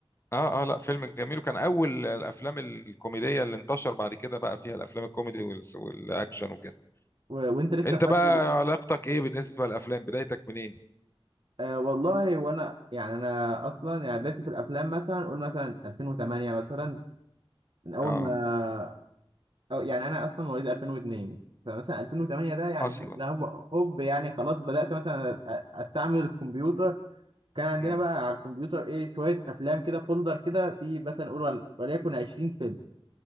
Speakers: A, on the left; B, on the right.
A: اه اه لا فيلم جميل وكان اول الافلام الكوميديه اللي انتشر بعد كده بقى فيها الافلام الكوميدي والس- والاكشن وكده
B: و... وانت لسه
A: انت
B: لحد
A: بقى
B: دل...
A: علاقتك ايه بالنسبه للافلام بدايتك منين
B: آه والله وانا يعني انا اصلا يعني بدايتي في الافلام مثلا قول مثلا 2008 مثلا من اول
A: اه
B: ما أو يعني انا اصلا مواليد 2002 فمثلا 2008 ده يعني
A: اصلا
B: هوب هوب يعني خلاص بدات مثلا أ- استعمل الكمبيوتر كان عندنا
A: مم.
B: بقى على الكمبيوتر ايه شويه افلام كده فولدر كده في مثلا نقول ول- وليكن 20 فيلم